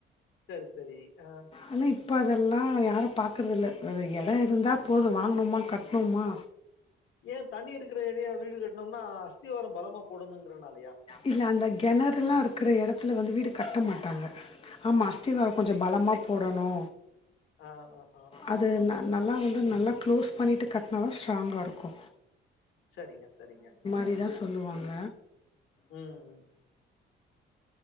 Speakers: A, on the left (about 75°); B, on the left (about 30°).
A: சரி, சரி. ஆ.
B: ஆனா இப் ப அதெல்லா யாரு பாக்கறதில்ல ஒரு எடோ இருந்தா போது வாங்குணோமா கட்ணோமா
A: ஏ தண்ணி இருக்கற ஏரியால் வீடு கட்னம்னா அஸ்திவாரோ பலமா போடணுங்கிறனாலயா
B: இல்ல அந்த கெணறுல்லா இருக்கற எடத்துல வந்து வீடு கட்ட மாட்டாங்க ஆமா அஸ்திவாரோ
A: அப்படிங்களா?
B: கொஞ்ச பலமா போடணு
A: ஆ, ஆ, ஆ, ஆ.
B: அது ந நல்லா வந்து நல்லா க்ளோஸ் பண்ணீட்டு கட்னா தா ஸ்ட்ராங்கா இருக்கு
A: சரிங்க சரிங்க ம்
B: அப்டி தா சொல்லுவாங்க
A: ம் ம்